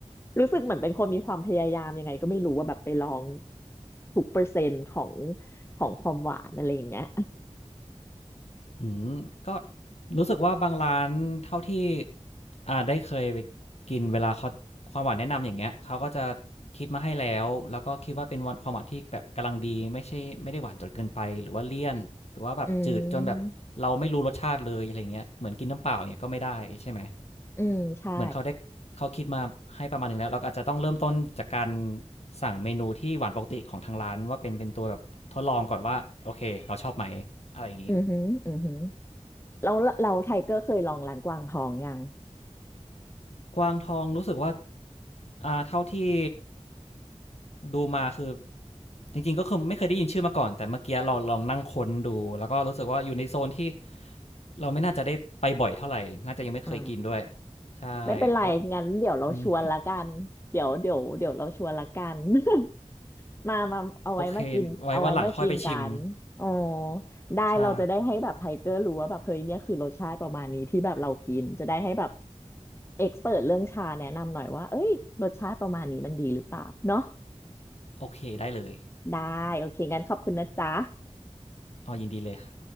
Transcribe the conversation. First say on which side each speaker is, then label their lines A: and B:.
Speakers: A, on the left; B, on the left.
A: รู้สึกเหมือนเป็นคนมีความพยายามยังไงก็ไม่รู้ว่าแบบไปลองทุกเปอร์เซ็นต์ของของความหวานอะไรอย่างเงี้ย
B: อืมก็รู้สึกว่าบางร้านเท่าที่อ่าได้เคยไปกินเวลาเขาความหวานแนะนำอย่างเงี้ยเขาก็จะคิดมาให้แล้วแล้วก็คิดว่าเป็นวันความหวานที่แบบกำลังดีไม่ใช่ไม่ได้หวานจนเกินไปหรือว่าเลี่ยนหรือว่าแบบจืดจนแบบเราไม่รู้รสชาติเลยอะไรเงี้ยเหมือนกินน้ำเปล่าอย่างเงี้ยก็ไม่ได้ใช่ไหม
A: อืมอืมใช่
B: เหมือนเขาได้เขาคิดมาให้ประมาณหนึ่งแล้วเราก็อาจจะต้องเริ่มต้นจากการสั่งเมนูที่หวานปกติของทางร้านว่าเป็นเป็นตัวแบบทดลองก่อนว่าโอเคเราชอบไหมอะไรอย่างงี้
A: อือหืออือหือแล้วเราไทเกอร์เคยลองร้านกวางทองยัง
B: กวางทองรู้สึกว่าอ่า เท่าที่ดูมาคือจริงๆก็คือไม่เคยได้ยินชื่อมาก่อนแต่เมื่อกี้เราลองนั่งค้นดูแล้วก็รู้สึกว่าอยู่ในโซนที่เราไม่น่าจะได้ไปบ่อยเท่าไหร่น่าจะยังไม่เคยกินด้วย
A: อ่า
B: ใช่เพราะ
A: ไม่เป็นไรงั้นเดี๋ยวเราชวนละกันเดี๋ยวเดี๋ยวเดี๋ยวเราชวนละกัน
B: อืม
A: <laughs> มามาเอาไว้มากินเอาไว้มากินกันอ๋อ
B: โอเคไว้วันหลังค่อยไปชิม
A: ได้เราจะได้ให้แบบไทเกอร์รู้ว่าแบบเฮ้ยเนี่ยคือรสชาติประมาณนี้ที่แบบเรากินจะได้ให้แบบ
B: ใช่
A: เอ็กซ์เเรื่องชาแนะนำหน่อยว่าเอ้ยรสชาติประมาณนี้มันดีหรือเปล่าเนาะ
B: โอเคได้เลย
A: ได้โอเคงั้นขอบคุณนะจ๊ะ
B: เอายินดีเลยค่ะ